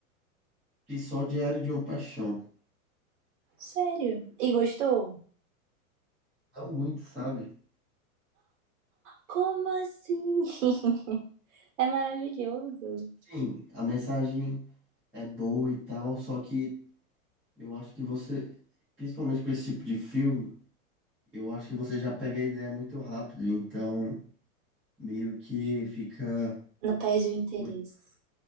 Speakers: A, in the centre; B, on the right.
A: E só Diário de uma Paixão.
B: Sério? E gostou?
A: Não muito, sabe?
B: Como assim? <laughs> É maravilhoso.
A: Sim, a mensagem é boa e tal, só que eu acho que você, principalmente com esse tipo de filme, eu acho que você já pega a ideia muito rápido, então meio que fica
B: Não perde o interesse.
A: muito-